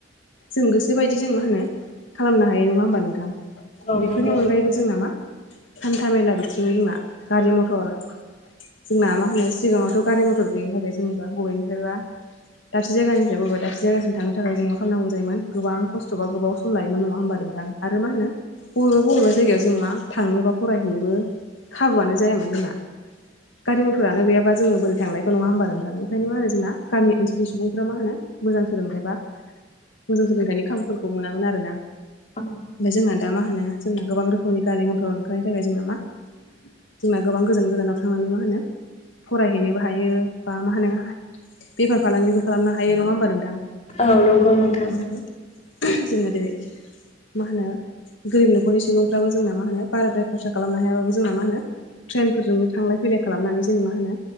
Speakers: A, on the left (about 80°); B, on the left (about 40°).
A: जों गोसोोबायदि जों मा होनो खालामनो हायो नङा होमबा नोंथां
B: औ
A: बेफोरनि अनगायैबो जोंना मा हान्था मेला बिथिङनो जोंना गारि मथर जोंना मा होनो सिगाङावथ' गारि मथर गैयिनि थाखाय जेनेबा बबेनिफ्रायबा दाबसे जायगानिफ्राय बबबो दाबसे जायासिम थांनो थाखाय जों मा खालामनांगौ जोयोमोन गोबां खस्थ' बा गोबाव सम लायो नङा होमबा नोंथां आरो मा होनो बबेबा बबेबा जायगायाव जों मा थांनोबा फरायहैनोबो खाबुआनो जायामोन जोंना गारि मथरानो गैयाबा जोंङो बोरै थांलाय नङा हबा नोंथां बेखायनो मा होनो जोंना गामि ओनसोलनि सुबुंफ्रा मा होनो मोजां सोलोंथाइ बा मोजां सोलोंथाइनि खाबुफोरखौ मोनामोन आरो ना
B: <unintelligible>
A: ओमफ्राय जोंना द मा होनो जोंना गोबां रोखोमनि गारि मथर ओंखारनायनि थाखाय जोंना मा जोंना गोबां गोजान गोजानाव थांनानै मा होनो फरायहैनोबो हायो बा मा होनो बेफार फालांगिबो खालामनो हायो नङा होमबा नोंथां
B: औ नंगौ नोंथां
A: जोना जेरै मा होनो गोरिब न'खरनि सुबुंफ्राबो जोंना मा होनो बाराद्राय खरसा खालामनो हायाबाबो जोंना मा होनो ट्रेनफोरजोंबो थांलाय फैलाय खालामनानै जों मा होनो